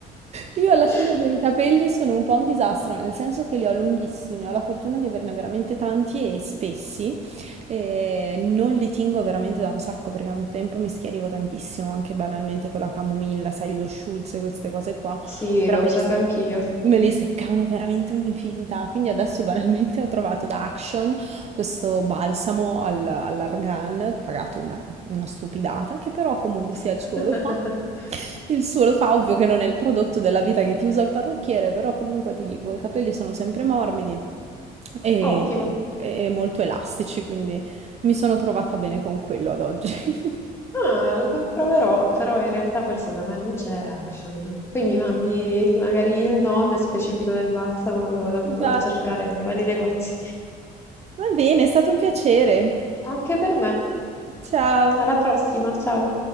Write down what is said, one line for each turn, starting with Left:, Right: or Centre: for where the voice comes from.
Right: Io alla
Left: <laughs>
Right: fine per i capelli sono un po' un disastro, nel senso che li ho lunghissimi, ho la fortuna di averne veramente tanti e spessi, e non li tingo veramente da un sacco perché a un tempo mi schiarivo tantissimo, anche banalmente con la camomilla, sai, lo Schulz e queste cose qua,
Left: Sì,
Right: però
Left: l'ho
Right: me
Left: usato
Right: li, se-
Left: anch'io.
Right: me li seccavano veramente un'infinità, quindi adesso banalmente ho trovato da Action questo balsamo al- all'argan, pagato una, una stupidata, che però comunque sia
Left: <laughs>
Right: il suo lo fa. Il suo lo fa, ovvio che non è il prodotto della vita che ti usa il parrucchiere, però comunque ti dico, i capelli sono sempre morbidi e,
Left: Ottimo.
Right: e molto elastici, quindi mi sono trovata bene con quello ad oggi. <laughs>
Left: Ah, proverò, però in realtà forse da me non c'è Action. Poi mi mandi magari il nome specifico del balsamo, lo vado proprio
Right: Esatto.
Left: a cercare nei vari negozi.
Right: Va bene, è stato un piacere.
Left: Anche per me,
Right: Ciao.
Left: alla prossima, ciao!